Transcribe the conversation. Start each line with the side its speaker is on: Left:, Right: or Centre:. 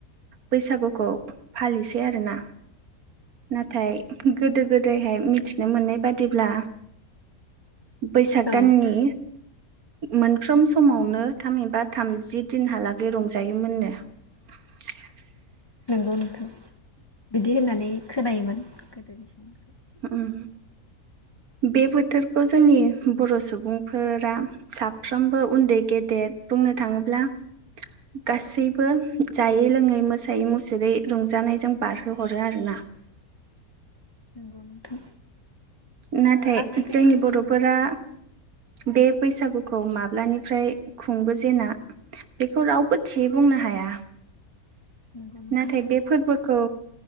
Right: बैसागुखौ फालिसै आरोना। नाथाय गोदो गोदायहाय मिथिनो मोननाय बादिब्ला बैसाग
Left: औ
Right: दाननि मोनफ्रोम समावनो थामहिबा थामजि दिनहालागै रंजायोमोननो। <inaudible>
Left: नंगौ नोंथां बिदि होननानै खोनायोमोन गोदोनि समखो
Right: उम बे बोथोरखौ जोंनि बर' सुबुंफोरा साफ्रोमबो उन्दै गेदेर <unintelligible> बुंनो थाङोब्ला गासैबो जायै लोङै मोसायै मुसुरै रंजानायजों बारहोहरो आरोना? <inaudible>
Left: नंगौ नोंथां। ओ
Right: नाथाय
Left: आथिखाल
Right: जोंनि बर'फोरा बे बैसागुखौ माब्लानिफ्राय खुंबोजेना बेखौ रावबो थियै बुंनो हाया
Left: नंगौ नोंथां
Right: नाथाय बे फोरबोखौ